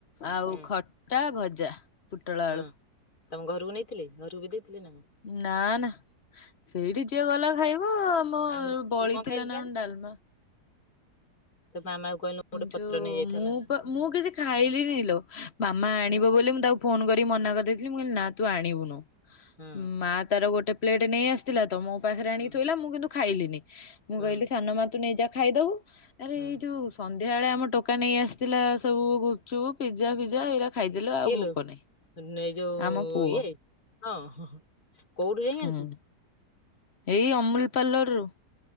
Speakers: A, on the left; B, on the left.
A: ଆଉ
B: ହୁଁ
A: ଖ- ଟା ଭଜା। ପୋଟଳ
B: ହୁଁ
A: ଆଳୁ
B: ତମ ଘରକୁ ନେଇଥିଲେ ଘରକୁ ବି ଦେଇଥିଲେ?
A: ନାଁ ନାଁ ସେଇଠି ଯିଏ ଗଲା ଖାଇବ। ହଁ
B: ଆଉ ତୁ
A: ବଳି
B: କଣ ଖାଇଲୁ
A: ଥିଲା
B: ତାହେଲେ
A: ନା କଣ ଡାଲମା।
B: ତ ମାମା <inaudible> ପତ୍ର
A: ଯୋ
B: ନେଇଯାଇଥାନ୍ତା
A: ମୁଁ ମୁଁ କିଛି ଖାଇଲିିନି ଲୋ ମାମା ଆଣିବ
B: ହୁଁ
A: ବୋଲି ମୁଁ ତାକୁ ଫୋନ୍ କରିକି ମନା କରିଦେଇଥିଲି ମୁଁ କହିଲି ନା ତୁ ଆଣିବୁନୁ
B: ହୁଁ
A: ମା ତାର ଗୋଟେ ପ୍ଲେଟ୍ ନେଇ ଆସ ଥିଲା ତ ମୋ ପାଖରେ ଆଣିକି
B: ହୁଁ
A: ଥୋଇଲା ମୁଁ କିନ୍ତୁ ଖାଇଲିିନି ମୁଁ
B: ହୁଁ
A: କହିଲି ସାନମା ତୁ ନେଇ ଯା ଖାଇବୁ। ଆରେ
B: ହୁଁ
A: ଏଇ ଯୋଉ ସନ୍ଧ୍ୟା ବେଳେ ଆମ ଟୋକା ନେଇ ଆସିଥିଲା ସବୁ ଗୁପଚୁପ୍ ପିଜା ଫିଜା ଏଇରା। ଖାଇଦେଲୁ ଆଉ
B: କିଏ
A: ଭୋକ
B: ଲୋ
A: ନାହିଁ
B: ମାନେ ଏଇ ଯୋଉ
A: ଆମ ପୁଅ
B: ଇଏ ହଁ କୋଉଠୁ ଯାଇଁକି
A: ହୁଁ
B: ଆଣି
A: ଏଇ ଅମୁଲ ପାଲର ରୁ।